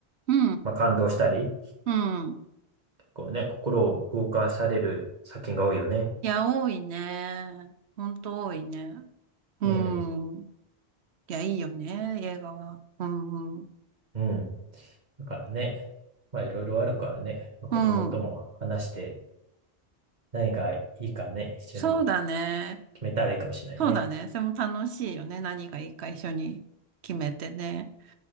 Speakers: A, on the right; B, on the right.
A: ん、
B: まあ、感動したり、
A: うん。
B: 結構ね、心を動かされる作品が多いよね。
A: いや、多いね。ほんと多いね。うん。
B: うん、
A: いや、いいよね、映画は。うん、うん。
B: うん。だからね、まあいろいろあるからね、まあ、子供とも話して、
A: うん。
B: 何がいいかね、一緒に
A: そうだね。
B: 決めたらいいかもしれないね。
A: そうだね。それも楽しいよね。何がいいか一緒に決めてね。